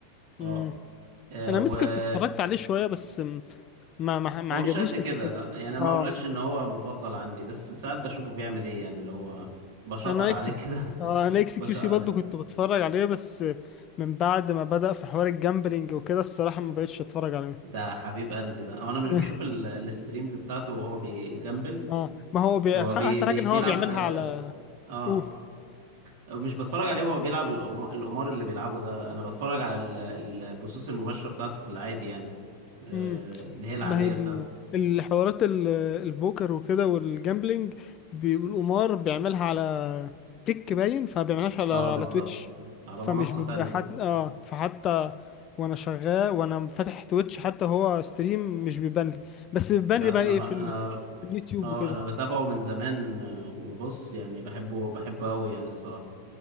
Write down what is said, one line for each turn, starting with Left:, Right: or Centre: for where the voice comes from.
Right: اه
Left: مم.
Right: آه،
Left: انا
Right: وهو
Left: مسك اتفرجت عليه شويه بس م- ما ما ما
Right: مش
Left: عجبنيش
Right: قد كده
Left: قد كده
Right: لا يعني ما
Left: اه
Right: اقولكش ان هو مفضل عندي بس ساعات بشوفه بيعمل ايه يعني اللي هو بشقر
Left: انا
Right: عليه
Left: اكس
Right: كده
Left: اه
Right: <laughs>
Left: انا اكس
Right: بشقر
Left: كيو سي برضه كنت بتفرج عليه بس من بعد ما بدأ في حوار الجامبلينج وكده الصراحة ما بقتش اتفرج عليه
Right: ده حبيب قلبي ده او انا مش
Left: <laughs>
Right: بشوف ال- الستريمز بتاعته وهو بيجمبل
Left: اه ما هو بي...
Right: هو
Left: احسن
Right: بي بي
Left: حاجة ان
Right: بيلعب
Left: هو بيعملها على
Right: اه
Left: قول
Right: مش بتفرج عليه وهو بيلعب القما- القمار اللي بيلعبه ده انا بتفرج على ال- البثوث المباشرة بتاعته في العادي يعني آه،
Left: امم
Right: اللي هي العادية
Left: ما هي ال-
Right: بتاعته
Left: الحوارات ال- البوكر وكده والجامبلينج بي- والقمار بيعملها على كيك باين فما بيعملهاش على
Right: اه
Left: على
Right: بالظبط
Left: تويتش
Right: على
Left: فمش
Right: منصة
Left: بيبقى
Right: تانية
Left: حت... اه فحتى وانا شغال وانا فاتح تويتش حتى هو ستريم مش بيبان لي بس بيبان
Right: لا
Left: لي بقى
Right: انا
Left: ايه
Right: ما
Left: في, ال...
Right: انا
Left: في اليوتيوب
Right: اه
Left: وكده
Right: انا بتابعه من زمان آه، وبص يعني بحبه بحبه قوي يعني الصراحة